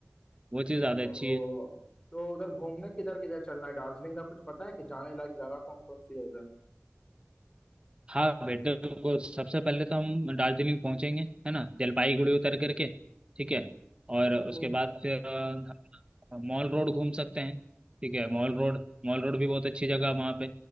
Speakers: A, on the right; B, on the left.
A: वो चीज़ ज़्यादा
B: ओहो
A: अच्छी है
B: तो उधर घूमने किधर किधर चलना है दार्जिलिंग का कुछ पता है कि जाने लायक जगह कौन कौन सी है उधर
A: हाँ बेटर को सबसे पहले तो हम दार्जिलिंग पहुंचेंगे है ना जलपाईगुड़ी उतर करके ठीक है और
B: हम्म
A: उसके बाद फिर अ, हम मॉल रोड घूम सकते हैं ठीक है मॉल रोड मॉल रोड भी बहुत अच्छी जगह है वहाँ पे